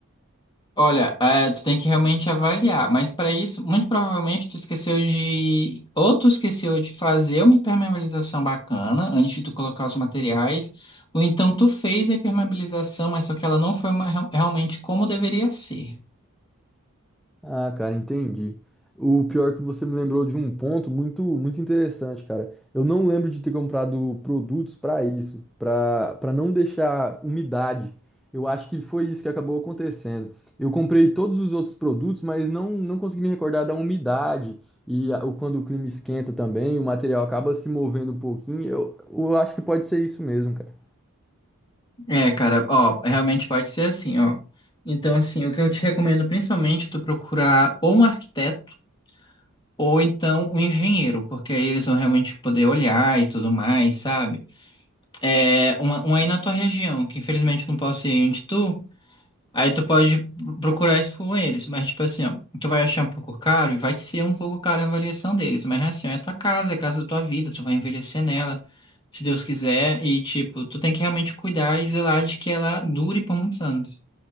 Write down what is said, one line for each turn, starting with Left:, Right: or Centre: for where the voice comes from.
Left: Olha, é, tu tem que realmente avaliar, mas para isso, muito provavelmente tu esqueceu de, ou tu esqueceu de fazer uma impermeabilização bacana antes de tu colocar os materiais, ou então tu fez a impermeabilização, mas só que ela não foi uma- real- realmente como deveria ser.
Centre: Ah, cara, entendi. O pior é que você me lembrou de um ponto muito muito interessante, cara. Eu não lembro de ter comprado produtos para isso, para para não deixar umidade. Eu acho que foi isso que acabou acontecendo. Eu comprei todos os outros produtos, mas não não consegui me recordar da umidade e a- o- quando o clima esquenta também, o material acaba se movendo um pouquinho. Eu, eu acho que pode ser isso mesmo, cara.
Left: É, cara, ó, realmente pode ser assim, ó. Então, assim, o que eu te recomendo principalmente é tu procurar ou um arquiteto ou então um engenheiro, porque aí eles vão realmente poder olhar e tudo mais, sabe? É, uma, um aí na tua região, que infelizmente eu não posso ir onde tu, aí tu pode procurar isso com eles, mas tipo assim, ó, tu vai achar um pouco caro e vai ser um pouco caro a avaliação deles, mas assim, ó, é tua casa, é a casa da tua vida, tu vai envelhecer nela, se Deus quiser, e tipo, tu tem que realmente cuidar e zelar de que ela dure por muitos anos.